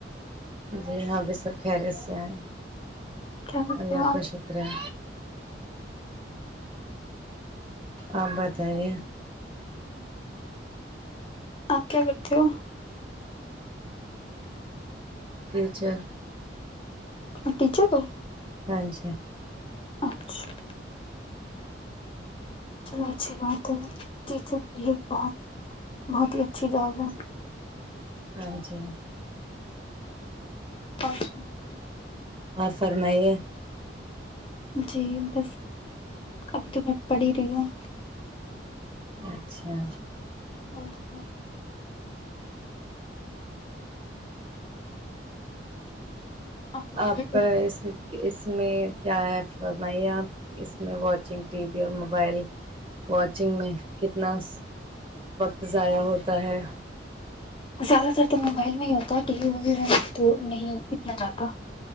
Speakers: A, on the right; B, on the left.
A: جی ہاں بھی سب خ رہے سے ہیں
B: کیا کرتے
A: اللہ
B: ہو
A: کا شکر ہے آ بتائی
B: آپ کیا کرتے ہو
A: ٹیچر
B: اور ٹیچر تو
A: ہاں جی <unintelligible>
B: اچھا چلو اچھی بات ہے ٹیچر بھی ایک بہت بہت ہی اچھی جاب ہے
A: ہاں جی
B: ہشنا <unintelligible>
A: اور فرمائیے
B: جی بس ابھی تو میں پڑ ہی رہی ہوں
A: اچھا
B: اچھا <unintelligible> میرڈ
A: آپ
B: ہو
A: اس میں کہ اس میں کیا ہے فرمائیے آپ اس میں واچنگ ٹی وی اور موبائل واچنگ میں کتنا وقت ضائع ہوتا ہے
B: زیادہ تر تو موبائل میں ہی ہوتا ٹی وی وغیرہ میں تو نہیں اتنا جاتا